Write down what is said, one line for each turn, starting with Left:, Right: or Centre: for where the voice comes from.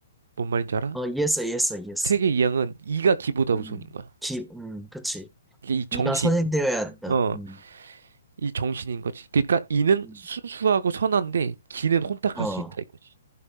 Right: 뭔 말인지 알아?
Centre: 어, 이해했어, 이해했어, 이해했어.
Right: 퇴계 이항은 이가 기보다
Centre: 음,
Right: 우선인 거야.
Centre: 기, 음, 그치.
Right: 이게 이 정신,
Centre: 이가 선행되어야 한다.
Right: 어,
Centre: 음,
Right: 이 정신인 거지. 그러니까 이는
Centre: 음,
Right: 순수하고 선한데 기는 혼탁할
Centre: 어,
Right: 수 있다 이거지.